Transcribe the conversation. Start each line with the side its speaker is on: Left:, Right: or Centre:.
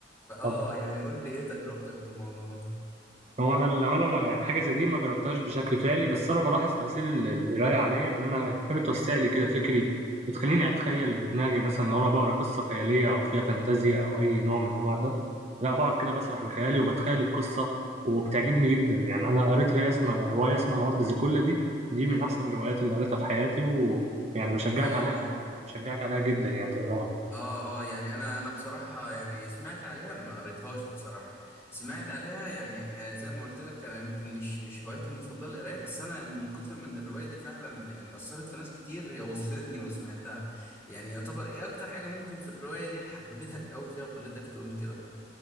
Left: فاه
Right: طبعا
Left: يعني قول لي ايه تجربتك في الموضوع ده
Right: هو انا الامانه ما يعني حاجه زي دي ما جربتهاش بشكل فعلي بس انا بلاحظ تاثير ال- القرايه عليا ان انا هي بتوسع لي كده فكري بتخليني اتخيل بدماغي مثلا لو انا بقرا قصه خياليه او فيها فانتازيا او اي نوع من انواع ده لا بقعد كده بسرح بخيالي وبتخيل القصه وبتعجبني جدا يعني انا قريت روايه اسمها روايه اسمها ارض زيكولا دي دي من احسن الروايات اللي قريتها في حياتي ويعني بشجعك
Left: اه
Right: عليها بشجعك عليها جدا يعني تقراها
Left: اه اه يعني انا انا بصراحه يعني سمعت عليها انا ما قريتهاش بصراحه سمعت عليها يعني آه، زي ما قلت لك انا يمكن مش مش هوايتي المفضله القرايه بس انا من كتر من الروايه دي فعلا يعني اثرت في ناس كتير هي وصلتني <laughs> وسمعتها يعني يعتبر ايه اكتر حاجه ممكن في الروايه دي حببتك قوي فيها وخلتك تقول كده